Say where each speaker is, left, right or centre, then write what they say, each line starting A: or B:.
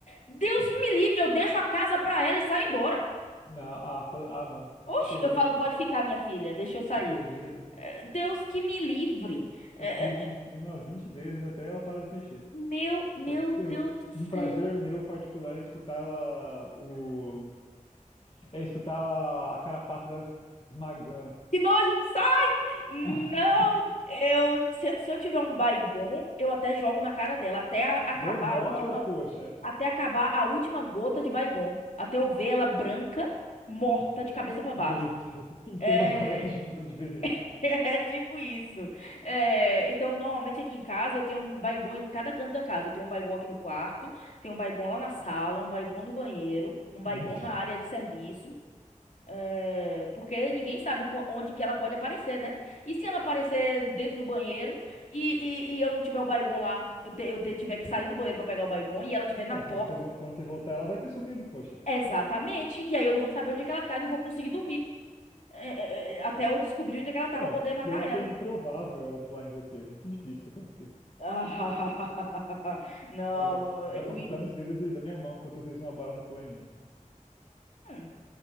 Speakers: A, on the left; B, on the left.
A: Deus
B: <laughs>
A: que me livre, eu deixo a casa pra ela e saio embora.
B: Não, ah, pela- ah, não.
A: Oxe,
B: Você tem
A: eu
B: medo?
A: falo, pode ficar, minha filha, deixa eu sair.
B: Você tem medo?
A: É, Deus que me livre. É,
B: Eu piso em
A: é,
B: cima 20 vezes até ela para de mexer.
A: Meu, meu
B: É, eu-
A: Deus do céu.
B: um prazer meu particular é escutar ela, o, É escutar a carapaça delas esmagando.
A: Que nojo, sai! Não,
B: <laughs>
A: eu se, se eu tiver um Baygon, eu até jogo na cara dela até a- acabar
B: Demora,
A: a última,
B: poxa.
A: até acabar a última gota de Baygon, até eu ver ela branca, morta de cabeça pra baixo.
B: Meu Deus, <laughs> pintando
A: É,
B: barata de, de veneno.
A: <laughs> é tipo isso. É, então, normalmente aqui em casa eu tenho um Baygon em cada canto da casa. Eu tenho um Baygon aqui no quarto, tenho um Baygon lá na sala, um Baygon no banheiro, um Baygon
B: Meu Deus.
A: na área
B: <laughs>
A: de serviço. É, porque ninguém sabe qu- onde que ela pode aparecer, né? E se ela aparecer dentro do banheiro e, e, e eu não tiver o Baygon lá, eu, te- eu te- tiver que sair do banheiro pra pegar o Baygon e ela estiver na
B: Ah,
A: porta,
B: quando você, vo- quando você voltar, ela vai ter sumido, poxa.
A: exatamente. E aí eu não vou saber onde é que ela tá e não vou conseguir dormir É, é, é, é, até eu descobrir onde é que ela tá
B: Não,
A: pra poder matar
B: pior que
A: ela.
B: é improvável ela pular em você. É muito difícil isso acontecer.
A: Ah, <laughs> não,
B: Olha,
A: é,
B: dá pra
A: eu,
B: contar nos dedos de- da minha mão quantas vezes uma barata pulou em mim.
A: hum.